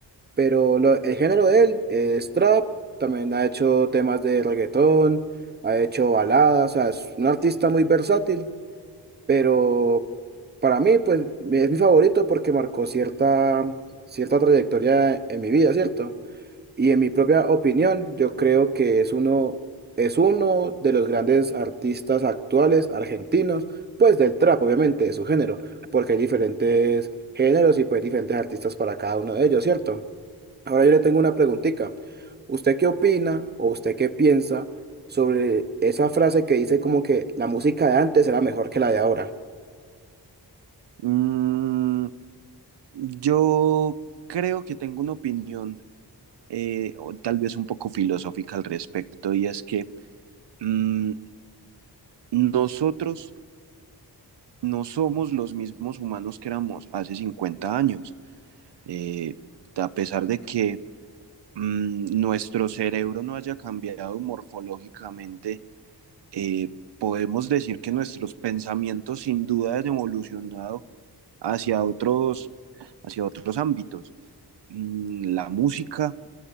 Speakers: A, on the right (about 25°); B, on the right (about 85°).
A: pero lo- el género de él es trap, también ha hecho temas de reggaetón, ha hecho baladas, o sea, es un artista muy versátil pero para mí, pues mi- es mi favorito porque marcó cierta, cierta trayectoria en mi vida, ¿cierto? Y en mi propia opinión, yo creo que es uno, es uno de los grandes artistas actuales argentinos, pues del trap, obviamente, de su género, porque hay diferentes géneros y pues diferentes artistas para cada uno de ellos, ¿cierto? Ahora yo le tengo una preguntita. ¿Usted qué opina o usted qué piensa sobre esa frase que dice como que la música de antes era mejor que la de ahora?
B: Mm, Yo creo que tengo una opinión eh, o tal vez un poco filosófica al respecto y es que mm, nosotros no somos los mismos humanos que éramos hace 50 años. Eh, a pesar de que mm, nuestro cerebro no haya cambiado morfológicamente, eh, podemos decir que nuestros pensamientos sin duda han evolucionado hacia otros, hacia otros ámbitos. Mm, la música